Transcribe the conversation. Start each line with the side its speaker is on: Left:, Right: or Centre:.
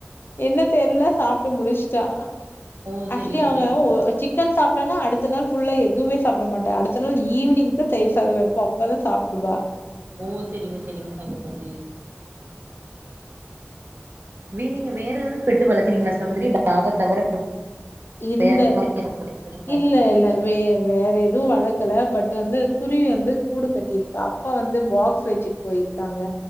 Left: என்ன தெர்ல சாப்ட்டு முடிஸ்ட்டா
Right: ஓ
Left: ஆக்சுலி
Right: செரிங்க
Left: அவுங்க
Right: செரிங்க
Left: ஒ சிக் கன் சாப்டனா அடுத்த நாள் ஃபுல்லா எதுவுமே சாப்பிட மாட்ட அடுத்த நாள் ஈவினிங்தா தயிர் சாத வெப்ப அப்பதா சாப்டுவா
Right: ஓ செரிங்க செரிங்க சகோதரி வே நீங்க வேற எதாது பெட்டு வளக்குறீங்களா சகோதரி டாக தவிர
Left: இல்ல
Right: வேற என்ன மாரி
Left: இல்ல இல்ல வே வேற எதுவு வளக்கல பட்டு வந்து குருவி வந்து கூடு கட்டியிருக்கா அப்பா வந்து பாக்ஸ் வெச்சுட் போயிருக்காங்க